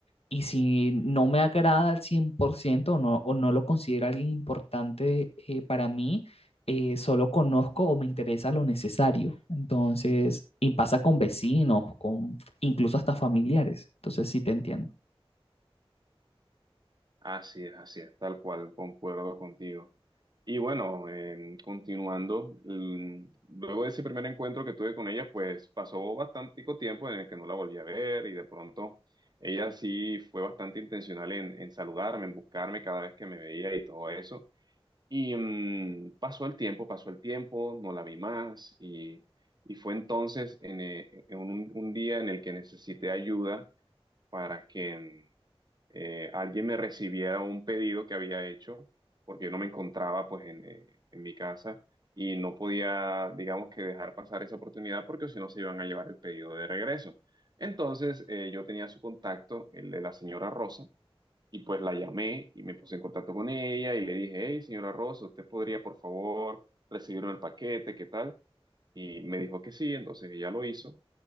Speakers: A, on the left; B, on the right.
A: y si no me agrada al 100% o no, o no lo considero alguien importante eh, para mí, eh, solo conozco o me interesa lo necesario. Entonces, y pasa con vecinos, con incluso hasta familiares. Entonces sí te entiendo.
B: Así es, así es, tal cual, concuerdo contigo. Y bueno, em, continuando, mm, luego de ese primer encuentro que tuve con ella, pues pasó bastante tiempo en el que no la volví a ver y de pronto ella sí fue bastante intencional en, en saludarme, en buscarme cada vez que me veía y todo eso. Y mm, pasó el tiempo, pasó el tiempo, no la vi más y, y fue entonces en, eh, en un, un día en el que necesité ayuda para que... mm, eh, alguien me recibiera un pedido que había hecho, porque yo no me encontraba pues en, eh, en mi casa y no podía, digamos que dejar pasar esa oportunidad porque si no se iban a llevar el pedido de regreso. Entonces eh, yo tenía su contacto, el de la señora Rosa, y pues la llamé y me puse en contacto con ella y le dije, hey, señora Rosa, ¿usted podría por favor recibirme el paquete? ¿Qué tal? Y me dijo que sí, entonces ella lo hizo,